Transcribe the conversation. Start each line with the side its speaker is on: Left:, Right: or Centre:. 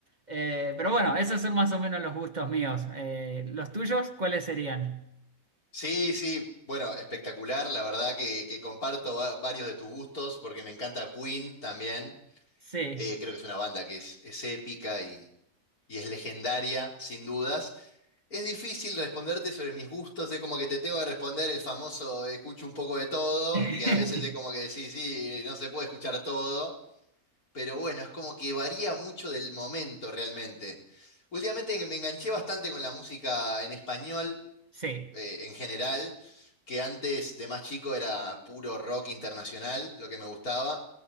Right: Eh, pero bueno, esos son más o menos los gustos míos. Eh, ¿los tuyos cuáles serían?
Left: Sí, sí, bueno, espectacular, la verdad que, que comparto va- varios de tus gustos porque me encanta Queen también,
Right: Sí,
Left: Eh, creo que es una banda que es, es épica y es legendaria, sin dudas. Es difícil responderte sobre mis gustos, es como que te tengo que responder el famoso escucho un poco de todo,
Right: <laughs>
Left: que a veces es como que decís, sí, no se puede escuchar todo, pero bueno, es como que varía mucho del momento realmente. Últimamente me enganché bastante con la música en español,
Right: sí,
Left: eh, en general, que antes de más chico era puro rock internacional, lo que me gustaba.